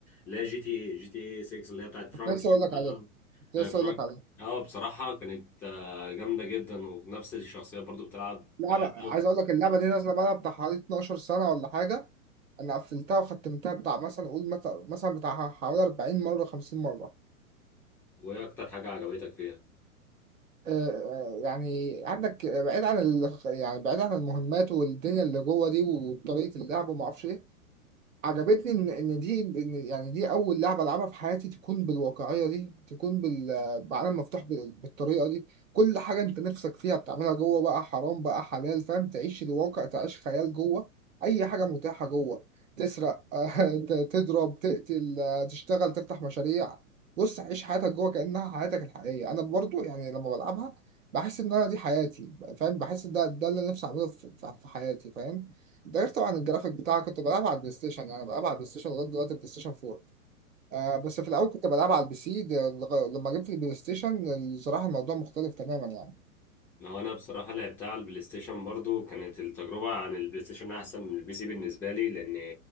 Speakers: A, in the centre; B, on the right.
A: اللي هي جي تي اي جي تي اي 6 اللي هي بتاعت فرانكلين
B: كنت لسه اقول لك
A: بقى
B: عليها كنت
A: آه،
B: لسه
A: فرانك
B: اقول لك عليها
A: اه بصراحة كانت آه، جامدة جدا ونفس الشخصيات برضو بتلعب
B: لعبة
A: ثلاثة
B: عايز اقول لك اللعبة دي نازلة بقى بتاع حوالي 12 سنة ولا حاجة انا قفلتها وختمتها بتاع مثلا اقول مثلا مثلا بتاع حوالي 40 مره 50 مره
A: وإيه أكتر حاجة عجبتك فيها؟
B: آه، آه، يعني عندك بعيد عن ال... يعني بعيد عن المهمات والدنيا اللي جوه دي وطريقه اللعب وما اعرفش ايه عجبتني ان ان دي إن يعني دي اول لعبه العبها في حياتي تكون بالواقعيه دي تكون بال- بعالم مفتوح بال- بالطريقه دي كل حاجه انت نفسك فيها بتعملها جوه بقى حرام بقى حلال فاهم تعيش الواقع تعيش خيال جوه اي حاجه متاحه جوه تسرق <laughs> ت- تضرب تقتل آه، تشتغل تفتح مشاريع بص عيش حياتك جوه كانها حياتك الحقيقيه انا برضو يعني لما بلعبها بحس ان انا دي حياتي فاهم بحس ان ده ده اللي نفسي اعمله في في- في حياتي فاهم انت عارف طبعا الجرافيك بتاعها كنت بلعبها على البلاي ستيشن يعني بلعبها على البلاي ستيشن لغايه دلوقتي بلاي ستيشن 4 آه بس في الاول كنت بلعبها على البي سي ده لغا- لما جبت البلاي ستيشن الصراحه الموضوع مختلف تماما يعني
A: ما هو انا بصراحه لعبتها على البلاي ستيشن برضو كانت التجربه عن البلاي ستيشن احسن من البي سي بالنسبه لي لان